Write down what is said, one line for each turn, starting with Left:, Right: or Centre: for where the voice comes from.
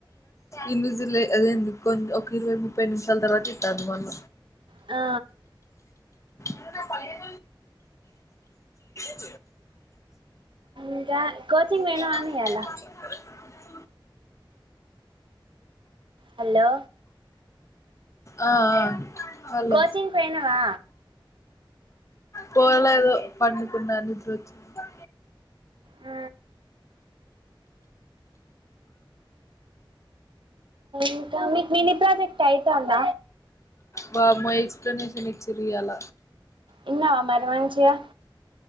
Left: ఇన్విసులే అదేంది కొ ఒక ఇరవై ముప్పై నిమిషాల తర్వాత ఇత్తంది మళ్ళ
Right: ఆ
Left: అయినా పైన <inaudible>
Right: ఇంకా కోచింగ్
Left: <inaudible>
Right: పోయినవానే ఇయాల హలో
Left: ఆ ఆ హలో
Right: కోచింగ్ కి పోయినవా
Left: పోలేదు పండుకున్న నిద్రొచ్చింది
Right: ఆ ఇంకా మీకు మిని ప్రాజెక్ట్ అయితాంద
Left: వామ్మో ఎక్సప్లనేషన్ ఇచ్చిరు ఇయ్యాల
Right: విన్నవా మరి మంచిగా